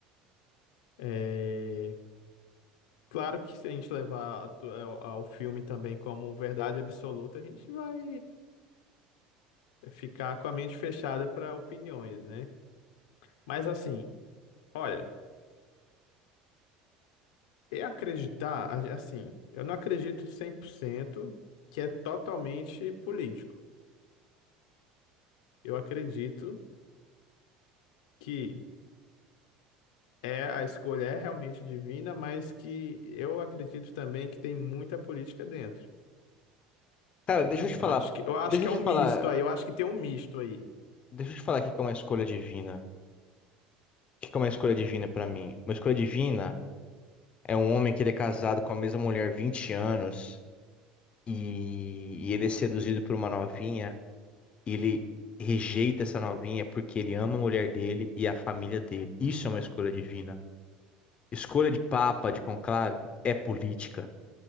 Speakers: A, on the left; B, on the left.
A: é, claro que se a gente levar a tu- ao ao filme também como verdade absoluta, a gente vai ficar com a mente fechada para opiniões, né? Mas assim, olha, é acreditar, a- assim, eu não acredito 100% que é totalmente político. Eu acredito que É, a escolha é realmente divina, mas que eu acredito também que tem muita política dentro.
B: Cara, deixa eu te
A: Eu
B: falar,
A: acho que, eu acho
B: deixa
A: que
B: eu
A: é
B: te
A: um
B: falar,
A: misto aí, eu acho que tem um misto aí.
B: deixa eu te falar aqui que é uma escolha divina. que que é uma escolha divina pra mim? Uma escolha divina é um homem que ele é casado com a mesma mulher há 20 anos e, e ele é seduzido por uma novinha e ele rejeita essa novinha porque ele ama a mulher dele e a família dele. Isso é uma escolha divina. Escolha de papa, de conclave, é política.